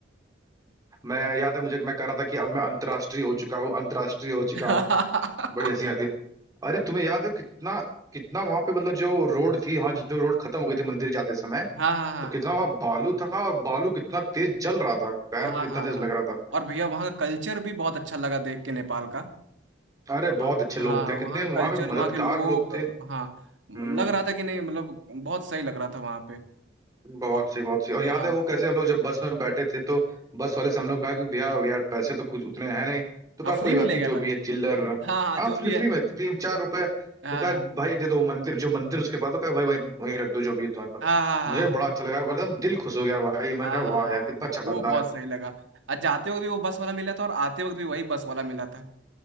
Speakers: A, on the right; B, on the right.
A: मैं याद है मुझे मैं कह रहा था कि अब मैं अंतर्राष्ट्रीय हो चुका हूँ अंतर्राष्ट्रीय हो चुका
B: <laughs>
A: हूँ
B: हाँ
A: बड़ी हंसी आती है अरे तुम्हें याद है कितना कितना वहां पे मतलब जो रोड थी हाँ जो रोड खत्म हो गई थी मंदिर जाते समय
B: हाँ हाँ हाँ
A: तो कितना वहां बालू था और बालू कितना तेज जल रहा था पैर
B: हाँ
A: में
B: हाँ
A: कितना
B: हाँ,
A: तेज
B: हाँ।
A: लग रहा था
B: और भैया वहाँ का कल्चर भी बहुत अच्छा लगा देख के नेपाल का।
A: अरे
B: वहाँ
A: बहुत
B: का-
A: अच्छे लोग
B: हाँ
A: थे
B: वहाँ
A: कितने
B: का कल्चर
A: वहां पे मददगार
B: वहाँ के लोग
A: लोग थे
B: हाँ
A: हम्म
B: लग रहा था कि नहीं मतलब बहुत सही लग रहा था वहाँ पे
A: बहुत
B: और
A: सी बहुत सी और याद
B: हाँ
A: है वो कैसे हम लोग जब बस में बैठे थे तो बस वाले से हम लोग कहा कि भैया यार पैसे तो कुछ उतने हैं नहीं तो
B: हाँ
A: कहा
B: फ्री
A: कोई
B: में
A: बात
B: ले
A: नहीं
B: गया
A: जो
B: था
A: भी है चिल्लर
B: हाँ हाँ
A: हाँ
B: जो
A: फ्री
B: भी
A: फ्री
B: है
A: में तीन चार रुपए तो
B: हाँ
A: कहा भाई दे दो मंदिर जो मंदिर उसके पास तो कहा भाई वहीं वहीं रख दो जो भी है तुम्हारे पास
B: हाँ हाँ
A: मुझे बड़ा
B: हाँ
A: अच्छा लगा मतलब दिल खुश हो गया भाई मैं
B: हाँ
A: कहा
B: हाँ हाँ
A: वाह यार
B: हाँ,
A: कितना
B: ब-
A: अच्छा
B: वो
A: बंदा
B: बहुत
A: है
B: सही लगा आज जाते वक्त भी वो बस वाला मिला था और आते वक्त भी वही बस वाला मिला था